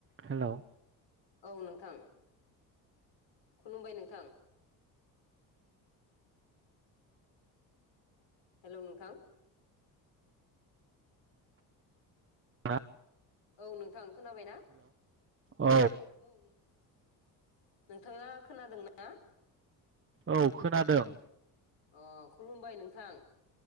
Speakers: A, on the right (about 25°); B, on the left (about 65°).
A: हेल'
B: औ नोंथां खुलुमबाय नोंथां हेल' नोंथां
A: हा
B: औ नोंथां खोनाबायना
A: औ
B: औ नोंथां नोंथाङा खोनादों ना ना
A: औ खोनादों
B: अ खुलुमबाय नोंथां